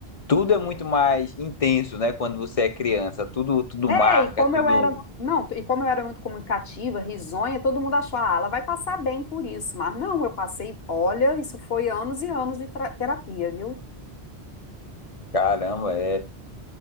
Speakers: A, on the left; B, on the left.
A: Tudo é muito mais intenso, né, quando você é criança. Tudo, tudo
B: É,
A: marca,
B: e como
A: tudo...
B: eu era, não, e como eu era muito comunicativa, risonha, todo mundo achou, ah, ela vai passar bem por isso, mas não, eu passei, olha, isso foi anos e anos de tra- terapia, viu?
A: Caramba, é...